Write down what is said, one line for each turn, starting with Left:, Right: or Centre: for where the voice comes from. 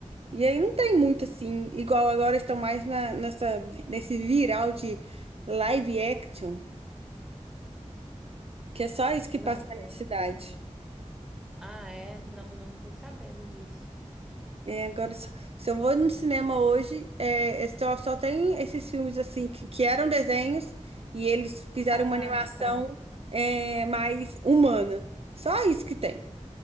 Right: E aí não tem muito assim, igual agora estão mais na, nessa, nesse viral de live action, que é só isso que
Centre: não
Right: passa
Centre: sei.
Right: na minha cidade.
Centre: Ah, é? Não, não tô sabendo disso.
Right: É, agora, só- se eu vou no cinema hoje, é, é só, só tem esses filmes assim que, que eram desenhos e eles fizeram
Centre: Ah,
Right: uma animação
Centre: tá.
Right: é, mais humana. Só isso que tem.